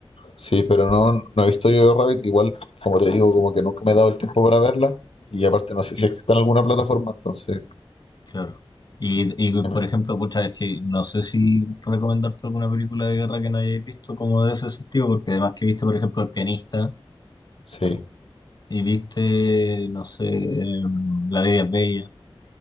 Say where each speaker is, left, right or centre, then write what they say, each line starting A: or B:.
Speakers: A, on the left; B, on the left.
A: Sí, pero no, no he visto yo Rabbit. Igual, como te digo, como que nunca me he dado el tiempo para verla. Y aparte, no sé
B: Y,
A: si es que está en alguna plataforma. Entonces,
B: claro. Y, y,
A: imag-
B: por ejemplo, pucha, es que no sé si recomendarte alguna película de guerra que no hayáis visto como de ese sentido, porque además que viste, por ejemplo, El Pianista
A: sí,
B: y viste, no sé, em, La Vida es Bella.